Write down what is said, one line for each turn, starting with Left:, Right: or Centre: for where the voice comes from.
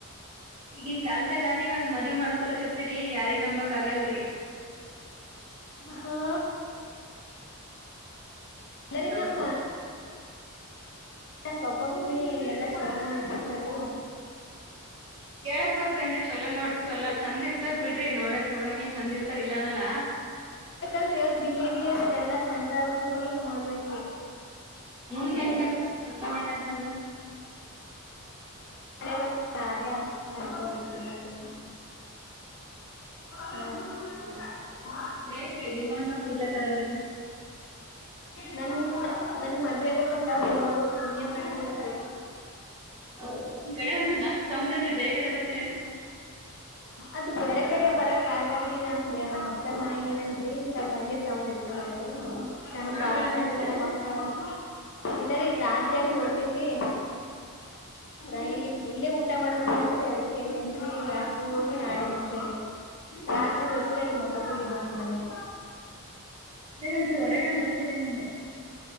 Right: ಈಗಿನ್ ಕಲ್ದಾಗ ನೀವ ಹಂಗ ಮದ್ವಿ ಮಾಡ್ಕೊಲಕತ್ತರಿ ಯಾರಿಗ್ ನಂಬಕ್ ಆಗಲ್ರಿ.
Left: ಹಾ. ಇಲ್ಲರಿ
Right: ಹಲೋ
Left: ನಮ್ಮ.
Right: <inaudible>
Left: ನ್ ಪಾಪ್ಪ ಮಮ್ಮಿ ಎಲ್ಲಾ ಚೊಲೋ ನೋಡ್ ಇಟ್ಟಿರುತ್ತಾರೆ.
Right: ಹೇಳಕ್ ಬರ್ತವೇನ್ರಿ ಚಲೋ ನೋಡ್. ಚೊಲೋ ಚಂದ ಇರ್ತಾರ್ ಬಿಡ್ರಿ ನೋಡಕ್ ನೋಡಕ್ ನ್ ಚಂದ ಇರ್ತಾರ ಇಲ್ಲನಲ್ಲ.
Left: ಲ್ರಿ ಅವ್ರ ಬಿಹೇವಿಯರ್ ಇಲ್ಲಾ ಚಂದ ಅದಂತ್ರಿ ನೋಡ್ಬೇಕ್ರಿ.
Right: ಮುಂದ್ ಹೆಂಗ ಆಗ್ತಾರಿ ಬದಲಾವಣೆ ಆದ್ರಂದ್ರ.
Left: ಹಣೆಬರ ಅದೇ ಆದ ಅಂಕೋ ಬೆಕ್ರಿ ಮತ್ತ. ಹ ಹ್ಮ.
Right: ಗ್ರೇಟ್ರಿ ನಿಮ್ಮಂತ ಸಿಗ್ಲತ್ತಾರ ಅವ್ರಿಗೆ.
Left: ನನ್ನ. ನನ್ ಮದ್ವೆ ಆಗ ಬೇಕಂದ್ರವರ ಅವ್ರೂ ಪುಣ್ಯ ಮಾಡರ್ಬೇಕಿ.
Right: ಹೌದ ನಿಮ್ ಕಡೆ ಒಂದ ಚೂರ್ ಜಾಸ್ತಿ ಸೌಂಡ್ ಆದರಿ ಬೇರೆ ಕಡೆ ಬರ್ತೀರೇನ.
Left: ಅದು ಬೇರೆ ಕಡೆ ಬರಕ್ ಅಗಲ್ರಿ ನಾನ್ ನಮ್ಮ ಅಕ್ಕರ್ ಮನಾಗ ಇದೇನ್ರಿ ಸ್ವಲ್ಪ ಹಂಗೆ ಸೌಂಡ್ ಇರ್ತದ್ರೀ ಅದು. ಸಣ್ಣಪಾ
Right: ಮ್ಯಾಲ್ ಎಲ್ಲಾನ
Left: ಸಣ್ಣವ
Right: ಹೋಗ್ತೀರೇನ್.
Left: ಎಲ್ಲಾ ಮಕ್ಳ ಅವ್ರ ಇಲ್ಲರಿ ರಾತ್ರಿ ಅಂಗ ಹೋತವ್ರಿ. ಇಲ್ಲಿ ಇಲ್ಲೇ ಊಟ ಮಾಡೋ ಅನ್ನಕತ್ತಾರಿ ಅದಕ್ಕೆ ಎಲ್ಲೇ ಎಂತ. ರಾತ್ರಿ ಹೋಗಿ ನಾಳೆ ಮುಂಚೆಲ್ಲ. ರಾತ್ರಿ ಹೋಗ್ತೆವ್ರಿ ಅಲ್ಲಿ ಮಕ್ಕತಿರಿ ಇನ್ನೊಂದ ಮನ್ಯಾಗ.
Right: ಇಲ್ಲ ಒಂದ ಚುರ್ ಹೊರಗನೆ ಬರ್ತೀರಿ ಏನ್ ಅಂದೆ.